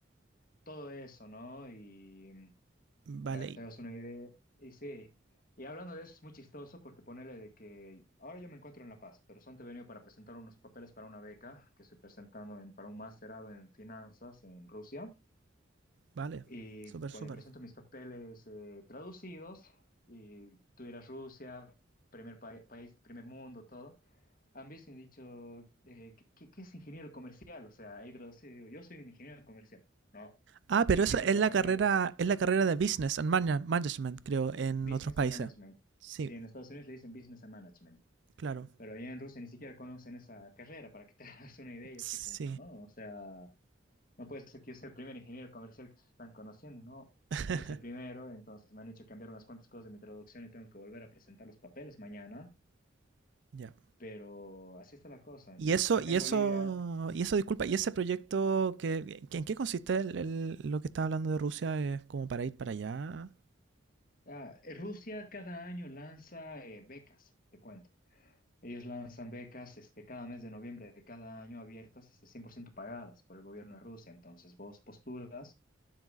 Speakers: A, on the left; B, on the right.
A: todo eso, ¿no? Y mm,
B: Vale,
A: para que
B: y-
A: te hagas una idea, y sí, y hablando de eso es muy chistoso porque ponele de que ahora yo me encuentro en La Paz, pero son te he venido para presentar unos papeles para una beca que estoy presentando en- para un masterado en finanzas en Rusia.
B: vale.
A: Y
B: Súper,
A: cuando
B: súper.
A: presento mis papeles eh, traducidos, y tú ir Rusia, primer pa- país, primer mundo, todo, han visto y han dicho, eh, ¿qué, qué- qué es ingeniero comercial? O sea, ahí traducido, yo soy un ingeniero comercial. No,
B: Ah, pero
A: no existe
B: eso es
A: esa
B: la
A: carrera.
B: carrera, es la carrera de Business and Mana- Management, creo,
A: Business
B: en otros países.
A: and Management.
B: Sí,
A: Sí, en Estados Unidos le dicen Business and Management,
B: claro.
A: pero allá en Rusia ni siquiera conocen esa carrera, para que te <laughs> hagas una idea, yo
B: Sí.
A: sé como que no, o sea... No puede ser que yo sea el primer ingeniero comercial que se están conociendo, ¿no? So-
B: <laughs>
A: Eres el primero, entonces me han hecho cambiar unas cuantas cosas de mi traducción y tengo que volver a presentar los papeles mañana,
B: Ya.
A: pero así está la cosa.
B: Y
A: Entonces,
B: eso,
A: acá
B: y
A: en
B: eso,
A: Bolivia,
B: y eso, disculpa, y ese proyecto, que, que- ¿en qué consiste el- el- lo que estás hablando de Rusia? ¿Es como para ir para allá?
A: ah, eh, Rusia cada año lanza eh, becas, te cuento. Ellos lanzan becas este, cada mes de noviembre de cada año abiertas, este, 100% pagadas por el gobierno de Rusia. Entonces, vos postulas,